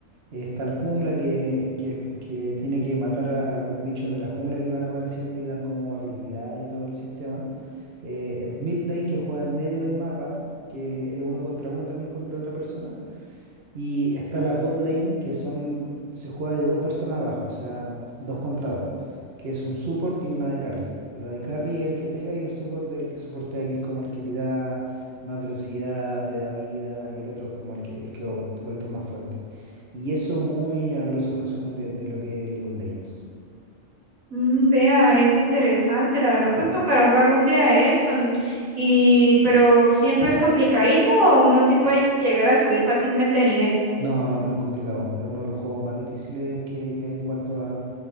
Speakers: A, on the right; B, on the right.
A: Está el jungla que, que, que tiene que matar a, a los bichos de la jungla que van apareciendo y dan como habilidad y todo el sistema. Eh, el mid lane que juega al medio del mapa, que es uno contra uno también contra otra persona. Y está la bot lane, que son, se juega de dos personas abajo, o sea, dos contra dos, que es un support y una de carry. El de carry es el que pega y el support el que soportea, que es como el que te da más velocidad, te da vida, y el otro es como el que, el que go- golpea más fuerte. Y eso muy a grosso resumen de, de lo que es League of Legends.
B: Mm, Vea, es interesante, la verdad, pues tocará jugarlo un día de eso, n- y pero siempre es complicadito o uno sí puede llegar a subir fácilmente de nivel.
A: No, no, muy complicado. Es uno de los juegos más difíciles que, que hay en cuanto a